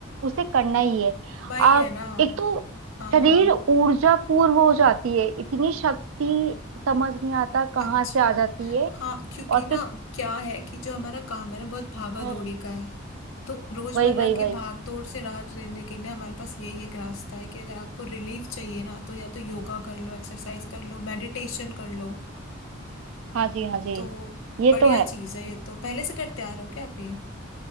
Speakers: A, on the right; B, on the left.
A: उसे करना ही है
B: वही
A: आप
B: है ना
A: एक तो
B: हाँ
A: शरीर
B: हाँ
A: ऊर्जा पूर्व हो जाती है इतनी शक्ति समझ नहीं आता कहाँ
B: अच्छा
A: से आ जाती है
B: हाँ क्योंकि
A: और
B: ना
A: फिर
B: क्या है कि जो हमारा काम है ना बहुत भागा
A: हम्म
B: दौड़ी का है तो रोजमर्रा
A: वही वही वही
B: की भाग दौड़ से राहत लेने के लिए हमारे पास यही एक रास्ता है कि अगर आपको रिलीफ चाहिए ना तो या तो योगा कर लो एक्सरसाइज कर लो मेडिटेशन कर लो
A: हाँ जी हाँ जी
B: तो
A: ये
B: बढ़िया
A: तो है
B: चीज है ये तो पहले से करते आ रहे हो क्या आप ये